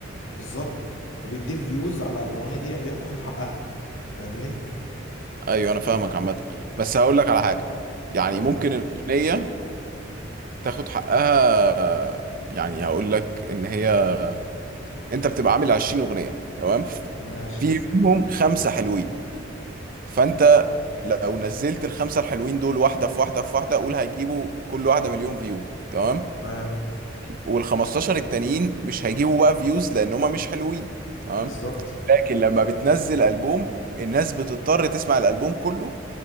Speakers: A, on the left; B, on the right.
A: بالظبط وبيديك فيوز على الاغنيه دي هي تاخد حقها فاهمني
B: ايوه انا فاهمك عامه بس هقول لك على حاجه يعني
A: هو
B: ممكن الاغنيه تاخد حقها آه، يعني هقول لك ان هي انت بتبقى عامل 20 اغنيه تمام
A: ماشي
B: في منهم خمسه حلوين فانت لو نزلت الخمسه الحلوين دول واحده في واحده في واحده قول هيجيبوا كل واحده مليون فيو تمام
A: تمام
B: وال 15 التانيين مش هيجيبوا بقى فيوز لان هما مش حلوين تمام
A: بالظبط
B: لكن لما بتنزل البوم الناس بتضطر تسمع الالبوم كله